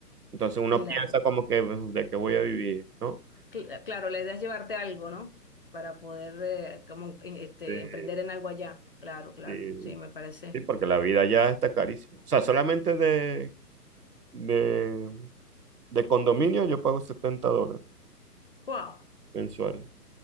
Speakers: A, on the right; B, on the left.
A: Entonces uno
B: claro.
A: piensa como que "Uf, de qué voy a vivir, ¿no?
B: Cl- claro, la idea es llevarte algo, ¿no? Para poder eh, como en- este,
A: Sí,
B: emprender en algo allá. Claro, claro,
A: sí,
B: sí, me parece.
A: sí, porque la vida ya está carísima. O sea, solamente de, de, De condominio yo pago 70 dólares
B: Wow,
A: mensuales.